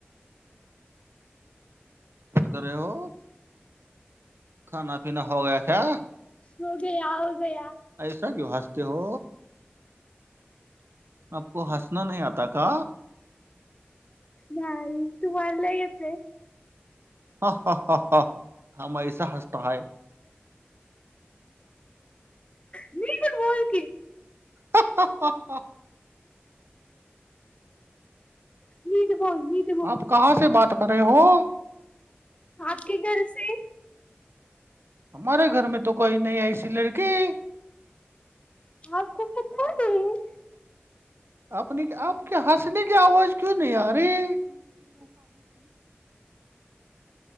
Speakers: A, on the right; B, on the left.
A: क्या कर रहे हो खाना पिना हो गया क्या?
B: हो गया हो गया
A: ऐसा क्यू हसते हो. आपको हसना नही आता का?
B: नाही तुम्हाला येतय?
A: हा हा हा. हम ऐसा हसता है.
B: नीट बोल की
A: हा हा हा हा
B: नीट बोल निट
A: आप कहा से बात कर रहे हो?
B: आपके घर से
A: हमारे घर मे तो कोही नाही यसी लडकी <unintelligible>
B: ह खू क <unintelligible>
A: आप आपक हसने क आवाज क्यू नाही आ रे <unintelligible> <inaudible>